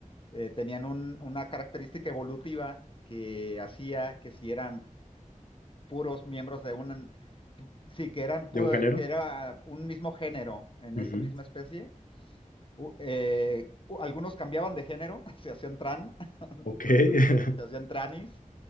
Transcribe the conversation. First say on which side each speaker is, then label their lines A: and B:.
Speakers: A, on the left; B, on the left.
A: eh, tenían un, una característica evolutiva que hacía que si eran puros miembros de un, sí, que eran pu-
B: ¿De un género?
A: que era un mismo género en
B: Ujú.
A: esa misma especie. U- eh, u- algunos cambiaban de género, <laughs> se hacían tran, <laughs>
B: Ok.
A: se
B: <laughs>
A: hacían, se hacían tranis